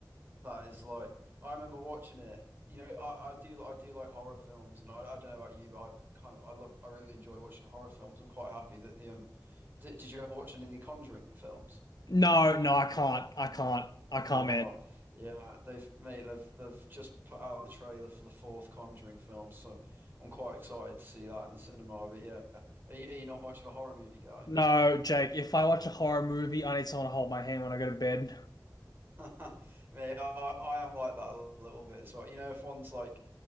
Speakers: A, on the right (about 30°); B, on the left (about 65°).
A: That is like I remember watching it. You know, I, I do I do like horror films, and I, I don't know about you, but I kind of I love I really enjoy watching horror films. I'm quite happy that the um, did, did you ever watch any of the Conjuring films?
B: No, no, I can't. I can't. I can't,
A: Oh
B: man.
A: yeah, they've mate, they've they've just put out the trailer for the fourth Conjuring film, so I'm quite excited to see that in the cinema. But yeah, are you, are you not much of a horror movie guy?
B: No, Jake, if I watch a horror movie, I need someone to hold my hand when I go to bed.
A: <laughs> Mate, I I am like that a little bit as well. You know, if one's like,